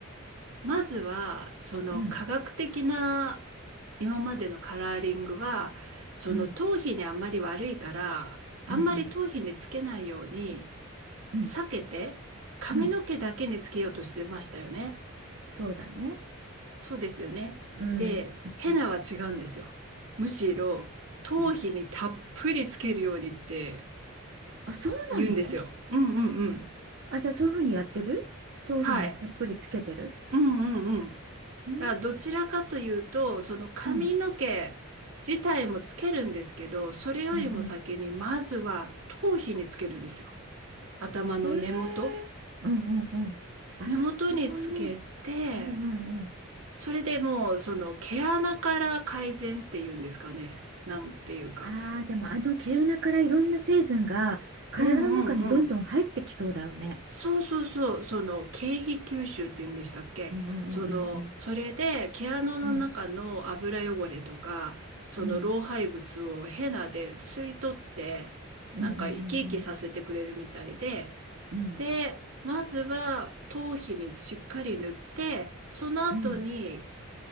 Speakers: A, on the right; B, on the right.
A: まずは、その科学的な今までのカラーリングは、
B: うん、
A: その頭皮にあんまり悪いから、
B: うん、
A: あんまり頭皮につけないように
B: うん、うん、うん、
A: 避けて、髪の毛だけにつけようとしてましたよね。
B: うんそうだね。
A: そうですよね。
B: うん、
A: で、
B: うん、
A: ヘナは違うんですよ。むしろ、頭皮にたっぷりつけるようにって
B: うん。あ、そうなの
A: 言うんですよ。うんうんうん。
B: あ、じゃあそういうふうにやってる豆腐にたっぷりつけてる
A: はい。うんうんうん。
B: うーん、
A: あどちらかというと、その髪の毛自体もつけるんですけど、
B: うん、
A: それよりも先にまずは頭皮につけるんですよ。
B: うん、うん。
A: 頭の根元。
B: ええーうんうんうん。あ、
A: 根元につけて、
B: そこに、うんうんうん。
A: それでもうその毛穴から改善っていうんですかね。なんていうか。
B: ああ、でもあの毛穴からいろんな成分が体の中にどんどん入ってきそうだよね。
A: うんうんうんそうそうそう、その経費吸収っていうんでしたっけその、
B: うんうんうんうんうん。
A: それで毛穴の中の油汚れとか、
B: うん
A: その老廃物をヘナで吸い取って、
B: うんうんうん
A: なんか生き生きさせてくれるみたいで、
B: うんうん
A: で、まずは頭皮にしっかり塗って、その後に
B: うん。